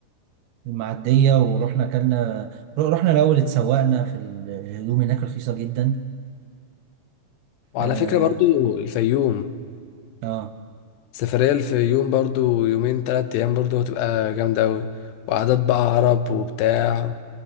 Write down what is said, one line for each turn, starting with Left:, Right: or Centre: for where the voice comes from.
Right: المعدية ورحنا أكلنا رحنا الأول اتسوقنا في الهدوم هناك رخيصة جدا
Left: وعلى
Right: آه
Left: فكرة برضو الفيوم
Right: آه
Left: سفرية الفيوم برضو يومين تلات أيام برضو هتبقى جامدة أوي وعادات بقى عرب وبتاع